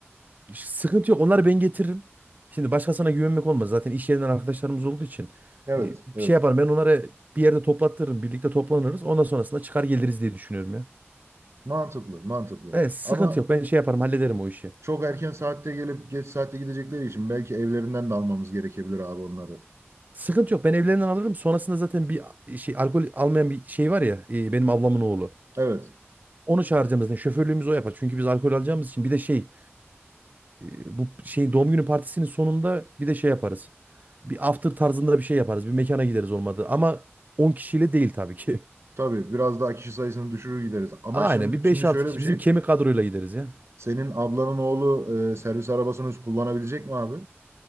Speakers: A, on the right; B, on the right.
A: Sıkıntı yok. Onları ben getiririm. Şimdi başkasına güvenmek olmaz. Zaten iş yerinden arkadaşlarımız olduğu için.
B: Evet,
A: e,
B: evet.
A: Bir şey yaparım. Ben onları bir yerde toplattırırım. Birlikte toplanırız. Ondan sonrasında çıkar geliriz diye düşünüyorum ya.
B: Mantıklı, mantıklı.
A: Evet sıkıntı
B: Ama
A: yok. Ben şey yaparım hallederim o işi.
B: çok erken saatte gelip geç saatte gidecekleri için belki evlerinden de almamız gerekebilir abi onları.
A: Sıkıntı yok. Ben evlerinden alırım. Sonrasında zaten bir şey alkol almayan bir şey var ya. e, Benim ablamın oğlu.
B: Evet,
A: Onu çağıracağımız ne? Şoförlüğümüzü o yapar. Çünkü biz alkol alacağımız için bir de şey e, bu şey doğum günü partisinin sonunda bir de şey yaparız. Bir after tarzında bir şey yaparız. Bir mekana gideriz olmadı. Ama 10 kişiyle değil tabii ki.
B: tabii biraz daha kişi sayısını düşürür gideriz.
A: <laughs>
B: Ama
A: Aynen
B: şimdi,
A: bir beş
B: şimdi
A: altı
B: şöyle
A: kişi
B: bir
A: bizim
B: şey.
A: kemik kadroyla gideriz ya.
B: Senin ablanın oğlu e, servis arabasını kullanabilecek mi abi?